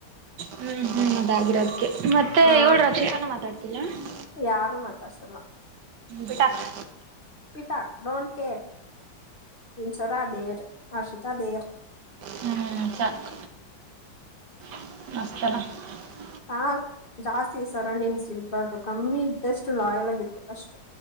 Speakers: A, on the right; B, on the left.
A: ಹ್ಮ್ ಹ್ಮ್ ಅದಾಗಿರದಕ್ಕೆ ಮತ್ತೆ
B: ಆ
A: ಇವಳು ರಕ್ಷಿತನು ಮಾತಾಡುತ್ತಿಲ್ಲ. ಇಲ್ಲ
B: ಯಾರು ಮಾತಾಡ್ಸಲ್ಲ.
A: ಬಿಟ್ಟಾಕು
B: ಬಿಟಾಕ್ ಡೋಂಟ್ ಕೇರ್ <unintelligible> <unintelligible>
A: ಹ್ಮ್ ಸಾಕು <unintelligible>
B: ಹಾ ಜಾಸ್ತಿ ಸರೌಂಡಿಂಗ್ಸ್ ಇರಬಾರ್ದು ಕಮ್ಮಿ ಇದ್ದಷ್ಟು ಲಾಯಲ್ ಇರಬೇಕು ಅಷ್ಟೆ